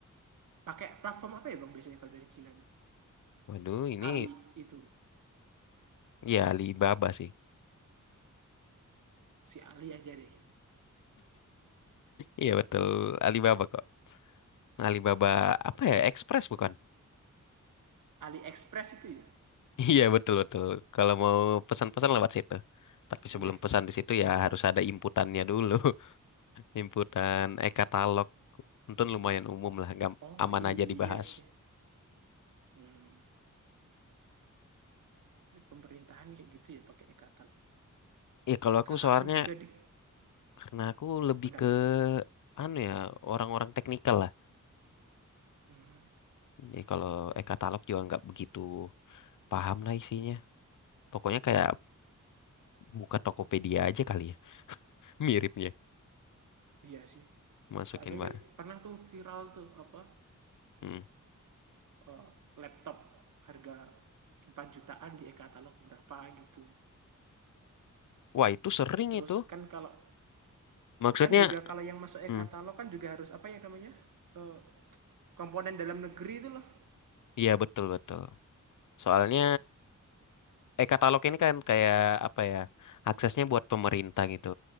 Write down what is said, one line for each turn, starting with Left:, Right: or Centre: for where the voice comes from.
Right: Pakai platform apa ya Bang biasanya kalau dari Cina tuh?
Left: Waduh, ini
Right: Ali itu,
Left: ya Alibaba sih.
Right: si Ali aja deh gitu.
Left: Iya betul, Alibaba kok. Alibaba apa ya? Express bukan? <laughs>
Right: AliExpress itu ya?
Left: Iya betul betul. Kalau mau pesan-pesan lewat situ. Tapi sebelum
Right: Iya.
Left: pesan di situ ya harus ada inputannya dulu. <laughs> Inputan e-katalog. Untung lumayan umum lah, gam-
Right: Oh
Left: aman
Right: iya
Left: aja dibahas.
Right: sih. Hmm. Pemerintahan kayak gitu ya pakai e-katalog.
Left: Ya kalau aku
Right: Ke
Left: soalnya
Right: aku juga di
Left: karena aku lebih
Right: kenapa?
Left: ke anu ya orang-orang teknikal lah.
Right: Hmm.
Left: Jadi kalau e-katalog juga nggak begitu paham lah isinya. Pokoknya kayak buka Tokopedia aja kali ya. <laughs> Miripnya
Right: Iya sih.
Left: masukin
Right: Soalnya
Left: mbak.
Right: ya pernah tuh viral tuh apa?
Left: Hmm.
Right: eh, laptop harga 4 jutaan di e-katalog berapa gitu.
Left: Wah itu sering
Right: Terus
Left: itu.
Right: kan kalau
Left: Maksudnya,
Right: kan juga kalau yang masuk e-katalog
Left: hmm,
Right: kan juga harus apa ya namanya? Eh, komponen dalam negeri itu loh.
Left: iya betul betul. Soalnya e-katalog ini kan kayak apa ya aksesnya buat pemerintah gitu.